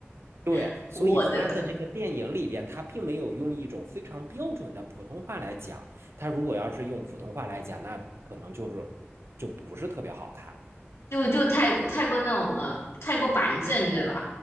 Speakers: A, on the right; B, on the left.
A: 对，
B: <laughs>
A: 所以他的这个电影里边，
B: 我的。
A: 他并没有用一种非常标准的普通话来讲。他如果要是用普通话来讲，那可能就是就不是特别好看。
B: 就就太过太过那种呃太过板正对吧？